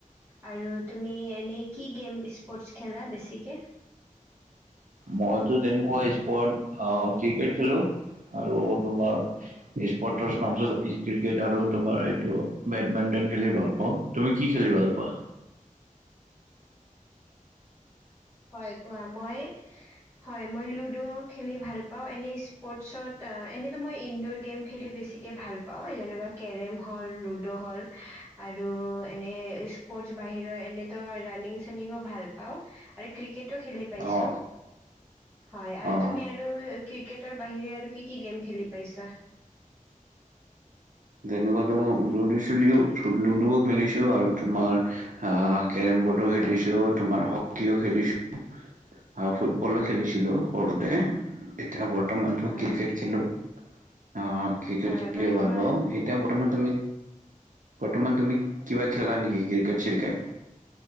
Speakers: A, on the right (about 20°); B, on the right (about 65°).
A: আৰু তুমি এনেই কি গেম স্পৰ্টছ খেলা বেছিকে?
B: মইতো তেনেকুৱা স্পৰ্ট অ ক্ৰিকেট খেলো আৰু তোমাৰ স্প- ৰ্টছ নাম ক্ৰিকেট আৰু তোমাৰ এইটো বেডমিন্টন খেলি ভাল পাওঁ। তুমি কি খেলি ভাল পোৱা?
A: হয় কোৱা মই হয় মই লুডো খেলি ভাল পা পা এনে স্পৰ্টচত এনেতো মই ইনডৰ গেম খেলি বেছিকে ভাল পাওঁ যেনেকুৱা কেৰম হল লুডো হল আৰু এনে স্পৰ্টচ বাহিৰৰ এনেতো ৰানিং চানিঙো ভাল পাওঁ আৰু ক্ৰিকেট খেলি পাইছো
B: অ
A: হয় আৰু
B: অ
A: তুমি আৰু ক্ৰিকেটৰ বাহিৰে আৰু কি কি গেম খেলি পাইছা?
B: তেনেকুৱাতো লুডু চুলিও লুডুও খেলিছো আৰু তোমাৰ আহ কেৰম বৰ্ডও খেলিছো তোমাৰ হকীও খেলিছো, আৰু ফুটবলো খেলিছিলো সৰুতে এতিয়া ব বৰ্তমানতো
A: হয়
B: ক্ৰিকেট খেলো অ ক্ৰিকেট
A: হয়
B: খেলিও
A: মানে তোমাৰ
B: ভাল পাওঁ। এতিয়া বৰ্তমান তুমি বৰ্তমান তুমি কিবা খেলা নেকি ক্ৰিকেট চিৰকেট?